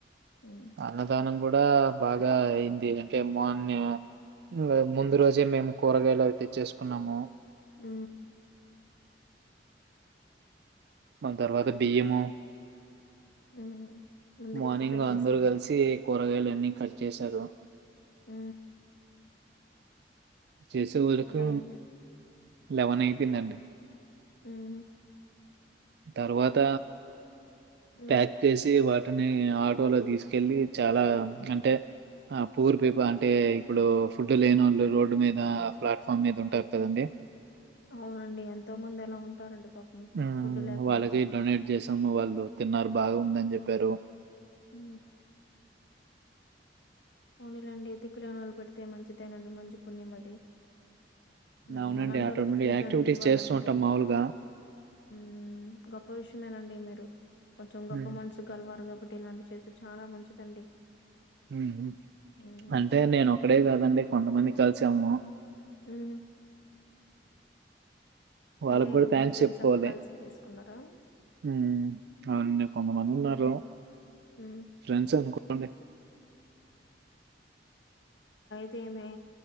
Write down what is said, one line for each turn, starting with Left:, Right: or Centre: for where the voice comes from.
Left: మ్మ్.
Right: అన్నదానం గూడా డా బాగా అయింది అంటే మున్నె ఇంగ ముందు రోజే మేము కూరగాయలు అవి తేచ్చే సుకున్నాము
Left: ఉ
Right: మళ్లి తర్వాత
Left: మ్హూ.
Right: బియ్యము
Left: మ్మ్. ముందుగా
Right: మార్నింగ్
Left: ప్రిపేర్ చేసుకున్నారైతే
Right: అందరూ గలిసి కూరగాయలు అన్ని కట్ చేసారు
Left: ఊ
Right: చేసె వరకు
Left: అలా అయింది
Right: లెవన్ అయిపోందండి
Left: ఊహు
Right: తర్వాత
Left: మ్మ్.
Right: ప్యాక్ చేసి వాట్ వాటిని ఆటోలో దీసుకెళ్ళి చాలా అంటె ఆ పూర్ పీపు అంటే ఇప్పుడు ఫుడ్ లేనొళ్ళు రోడ్డు మీద ప్లాట్ఫామ్ మీద ఉంటారు కదండి
Left: అవునండి ఎంతో మంది అలా ఉంటారండి పాపం
Right: ఊమ్
Left: ఫుడ్ లేకుండా
Right: వాళ్ళకి డొనేట్ జేసాము వాళ్ళు తిన్నారు బాగా ఉందని జెప్పారు
Left: ఉ పోనీలెండి దిక్కులేనిళ్ళకు పెడితే మంచిదేనండి మంచి పుణ్యం అది ఉ
Right: అవునండి.
Left: అలాంటోల్లకే
Right: అటువంటి
Left: ఫుడ్
Right: యాక్టివిటీస్
Left: అనేది ఇవ్వాలండి
Right: చేస్తూ ఉంటాం
Left: పాపం
Right: మామూలుగా.
Left: ఊమ్ గొప్ప విషయమేనండి మీరు కొంచెం గొప్ప
Right: హ్మ్.
Left: మనసు కలవారు కాబ ట్టి ఇలాంటి చేస్తే చానా మంచిదండి
Right: ఊహు
Left: మ్మ్.
Right: అంటే నేను ఒక్కడే కాదండి కొంతమంది కలిసాము
Left: ఊహు
Right: వాళ్ళకు
Left: అంటే
Right: గూడా థ్యాంక్స్
Left: మీ ఫ్రెండ్స్
Right: చెప్పుకోవాలి
Left: అంతా కలిసి వేసుకున్నారా
Right: ఊమ్ అవునండి కొందమంది ఉన్నారు
Left: ఉమ్
Right: ఫ్రెండ్స్ అనుకోండి
Left: తేమే